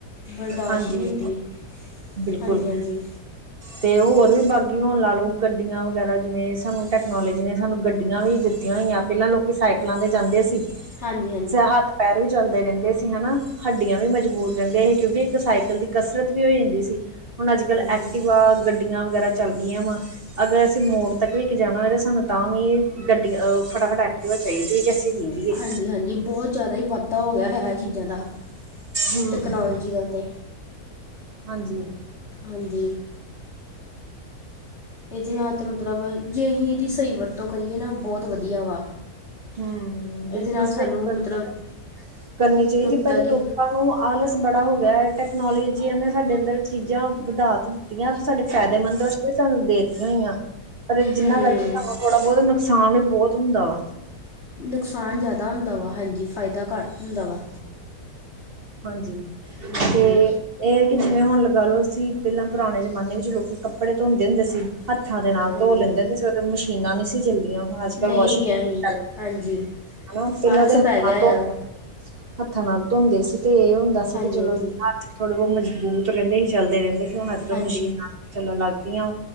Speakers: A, on the left; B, on the right.
A: ਬਰਦਾਸ਼ਤ
B: ਹਾਂਜੀ
A: ਹੀ ਹੁੰਦੀ
B: ਬਿਲਕੁਲ
A: ਹਾਂਜੀ, ਹਾਂਜੀ।
B: ਤੇ ਹੋਰ ਵੀ ਬਾਕੀ ਹੁਣ ਲਾ ਲੋ ਗੱਡੀਆਂ ਵਗੈਰਾ ਜਿਵੇਂ ਸਾਨੂੰ ਟੈਕਨੋਲੋਜੀ ਨੇ ਸਾਨੂੰ ਗੱਡੀ ਗੱਡੀਆਂ ਵੀ ਦਿੱਤੀਆਂ ਹੋਈਆਂ ਪਹਿਲਾਂ ਲੋਕੀ ਸਾਈਕਲਾਂ ਤੇ ਜਾਂਦੇ ਸੀ।
A: ਹਾਂਜੀ
B: ਸਿਹਤ ਪੈਰ ਵੀ ਚੱਲਦੇ ਰਹਿੰਦੇ ਸੀ, ਹਨਾ। ਹੱਡੀਆਂ ਵੀ ਮਜ਼ਬੂਤ ਰਹਿੰਦੀਆ ਸੀ, ਕਿਉਂਕਿ ਇੱਕ ਸਾਈਕਲ ਦੀ ਕਸਰਤ ਵੀ ਹੋ ਜਾਂਦੀ ਸੀ। ਹੁਣ ਅੱਜ-ਕੱਲ੍ਹ
A: ਹਾਂਜੀ
B: ਐਕਟਿਵਾ
A: ਹਾਂਜੀ
B: ਗੱਡੀਆਂ ਵਗੈਰਾ ਚੱਲ ਗਈਆਂ ਵਾ ਅਗਰ ਅਸੀਂ ਮੋੜ ਤੱਕ ਵੀ ਇੱਕ ਜਾਣਾ ਹੋਵੇ ਤਾਂ ਸਾਨੂੰ ਤਾਂ ਵੀ ਗੱਡੀ ਅਹ ਫਟਾਫਟ ਐਕਟਿਵਾ ਚਾਹੀਦੀ ਏ ਕਿ ਅਸੀਂ ਪੀਵੀਏ,
A: ਹਾਂਜੀ
B: <unintelligible>
A: ਹਾਂਜੀ ਬਹੁਤ ਜ਼ਿਆਦਾ ਹੀ ਵਾਧਾ ਹੋ ਗਿਆ ਹੈ ਇਹ ਚੀਜ਼ਾਂ ਦਾ
B: ਹੂੰ,
A: ਟੈਕਨੋਲਜੀ ਦਾ ਤਾਂ
B: ਹਾਂਜੀ।
A: ਹਾਂਜੀ। ਏਦੇ ਨਾਲ ਤਾਂ ਮਤਲਬ ਜੇ ਇਹੀ ਏਦੀ ਸਹੀ ਵਰਤੋਂ ਕਰੀਏ ਨਾ ਬੌਤ ਵਧੀਆ ਵਾ।
B: ਹੂੰ,
A: ਇਹਦੇ
B: ਬਿਲਕੁਲ
A: ਨਾਲ
B: ਸਹੀ
A: ਸਾਨੂੰ
B: ਵਰਤੋ
A: ਮਤਲਬ
B: ਕਰਨੀ ਚਾਹੀਦੀ
A: ਨੁਕਤਾਂ
B: ਏ, ਪਰ ਲੋਕਾਂ
A: ਦੀ
B: ਨੂੰ ਆਲਸ ਬੜਾ ਹੋ ਗਿਆ, ਟੈਕਨੋਲੋਜੀਆਂ ਨੇ ਸਾਡੇ ਅੰਦਰ ਚੀਜ਼ਾਂ ਵਧਾ ਤੇ ਦਿੱਤੀਆਂ ਸਾਡੇ ਫਾਇਦੇਮੰਦ। ਤੇ ਸਾਨੂੰ ਦੇ ਦਿੱਤੀਆਂ ਹੋਈਆਂ ਪਰ ਜਿਨਾਂ
A: ਹੂੰ
B: ਕਰਕੇ ਸਾਨੂੰ ਥੋੜਾ ਬੌਤ ਨੁਕਸਾਨ ਵੀ ਬੌਤ ਹੁੰਦਾ ਵਾ।
A: ਨੁਕਸਾਨ ਜਿਆਦਾ ਹੁੰਦਾ ਵਾ, ਹਾਂਜੀ ਫ਼ਾਇਦਾ ਘੱਟ ਹੁੰਦਾ ਵਾ।
B: ਹਾਂਜੀ
A: ਹਾਂਜੀ
B: ਤੇ ਏਹ ਏ ਕਿ ਜਿਵੇਂ ਹੁਣ ਲਗਾ ਲੋ ਅਸੀਂ ਪਹਿਲਾਂ ਪੁਰਾਣੇ ਜਮਾਨੇ ਵਿੱਚ ਲੋਕੀ ਕੱਪੜੇ ਧੋਂਦੇ ਹੁੰਦੇ ਸੀ। ਹੱਥਾਂ ਦੇ ਨਾਲ
A: ਹਾਂਜੀ
B: ਧੋ ਲੈਂਦੇ ਹੁੰਦੇ ਸੀ ਓਹ ਤੇ ਮੁਸ਼ ਮਸ਼ੀਨਾਂ ਨ੍ਹੀਂ ਸੀ ਚੱਲਦੀਆਂ, ਹੁਣ ਅੱਜ-ਕੱਲ
A: ਨਹੀਂ
B: ਵਾਸ਼ਿੰਗ
A: ਗਿਆ
B: ਮਸ਼ੀਨ
A: ਅਸੀਂ
B: ਚਲ ਪਈ।
A: ਹਾਂਜੀ
B: ਹਨਾ ਪਹਿਲਾਂ
A: ਆਲਸ
B: ਤਾ ਹਥ
A: ਪੈ ਗਿਆ
B: ਧੋਣ
A: ਆ
B: ਹੱਥਾਂ ਨਾਲ ਧੋਂਦੇ ਸੀ ਤੇ ਏਹ ਹੁੰਦਾ ਸੀ
A: ਹਾਂਜੀ
B: ਕਿ ਚਲੋ
A: ਹਾਂਜੀ
B: ਥੋੜੇ ਬਹੁਤ ਮਜਬੂਤ ਰਹਿੰਦੇ ਹੀ ਚੱਲਦੇ ਰਹਿੰਦੇ ਸੀ ਹੁਣ ਅੱਜ-ਕੱਲ
A: ਹਾਂਜੀ
B: ਮਸ਼ੀਨਾ ਚੱਲਣ ਲੱਗ ਪਈਆਂ